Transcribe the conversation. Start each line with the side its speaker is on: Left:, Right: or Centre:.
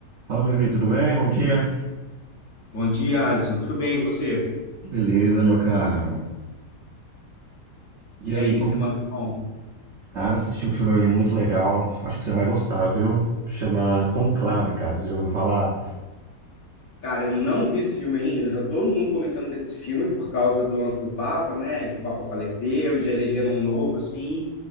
Right: Fala, Levi, tudo bem? Bom dia.
Left: Bom dia, Alisson. Tudo bem, e você?
Right: Beleza, meu caro. E
Left: E
Right: aí,
Left: aí, o que
Right: com...
Left: que você manda de bom?
Right: cara, assisti um filme ali muito legal. Acho que você vai gostar, viu? Chama Conclave,
Left: Qual filme?
Right: cara. Você já ouviu falar?
Left: Cara, eu não vi esse filme ainda. Tá todo mundo comentando desse filme por causa do lance do Papa, né? Que o Papa faleceu e já elegeram um novo, assim.